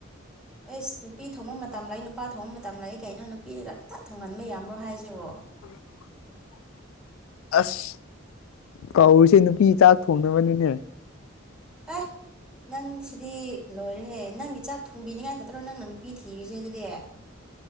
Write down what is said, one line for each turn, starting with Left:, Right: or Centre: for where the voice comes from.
Centre: ꯑꯩꯁ ꯅꯨꯄꯤ ꯊꯣꯡꯕ ꯃꯇꯝ ꯂꯩ ꯅꯨꯄꯥ ꯊꯣꯡꯕ ꯃꯇꯝ ꯂꯥꯩ ꯀꯩꯅꯣ ꯅꯨꯄꯤꯗ ꯈꯛꯇ ꯊꯣꯡꯍꯟꯕ ꯌꯥꯕ꯭ꯔꯣ ꯍꯥꯏꯖꯤꯕꯣ
Left: <inaudible> ꯑꯁ ꯀꯧꯔꯤꯁꯦ ꯅꯨꯄꯤ ꯆꯥꯛ ꯊꯣꯡꯗꯕꯅꯤꯅꯦ
Centre: ꯑꯦ ꯅꯪ ꯁꯤꯗꯤ ꯂꯣꯏꯔꯦꯍꯦ ꯅꯪꯒꯤ ꯆꯥꯛ ꯊꯣꯡꯕꯤꯅꯤꯡꯉꯥꯏ ꯈꯛꯇꯥꯔꯣ ꯅꯪꯅ ꯅꯨꯄꯤ ꯊꯤꯔꯤꯁꯦ ꯑꯗꯨꯗꯤ